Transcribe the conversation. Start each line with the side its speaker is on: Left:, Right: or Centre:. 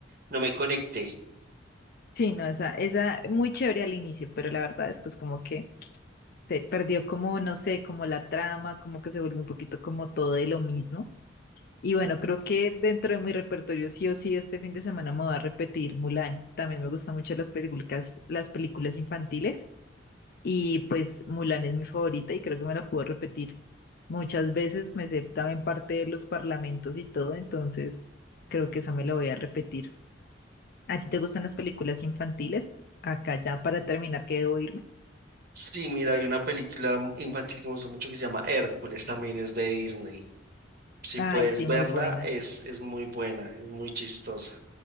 Right: no me conecté.
Left: Sí, no, esa, esa muy chévere al inicio, pero la verdad después como que se perdió como, no sé, como la trama, como que se vuelve un poquito como todo de lo mismo. Y bueno, creo que dentro de mi repertorio sí o sí este fin de semana me voy a repetir Mulan. También me gustan mucho las películas, las películas infantiles y pues Mulan es mi favorita y creo que me la puedo repetir muchas veces. Me sé también parte de los parlamentos y todo, entonces creo que esa me la voy a repetir. ¿A ti te gustan las películas infantiles? Acá ya para terminar, que debo irme.
Right: Sí, mira, hay una película infantil que me gusta mucho que se llama Hércules, también es de Disney. Si
Left: Ay,
Right: puedes
Left: sí,
Right: verla,
Left: muy buena.
Right: es, es muy buena, es muy chistosa.